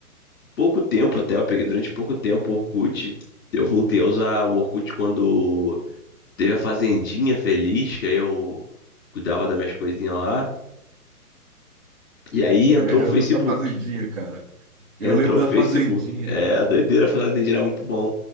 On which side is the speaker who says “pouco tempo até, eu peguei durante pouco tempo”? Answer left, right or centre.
Left